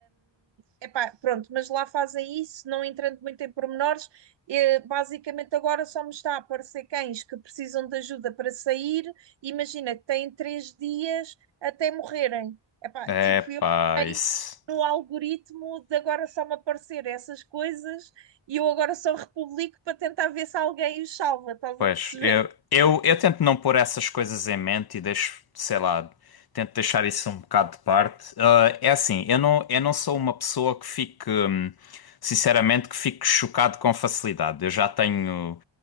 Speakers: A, on the right; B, on the left.
A: Epá, pronto, mas lá fazem isso, não entrando muito em pormenores. eh, Basicamente, agora só me está a aparecer cães que precisam de ajuda para sair. Imagina que têm três dias até morrerem. Epá,
B: É
A: <laughs> tipo, eu
B: pá,
A: entrei
B: isso.
A: no algoritmo de agora só me aparecer essas coisas e eu agora só republico para tentar ver se alguém os salva, estás
B: Pois,
A: a perceber?
B: eu, eu, eu tento não pôr essas coisas em mente e deixo, sei lá, tento deixar isso um bocado de parte. Ah, é assim, eu não, eu não sou uma pessoa que fique, hum, sinceramente, que fique chocado com facilidade. Eu já tenho,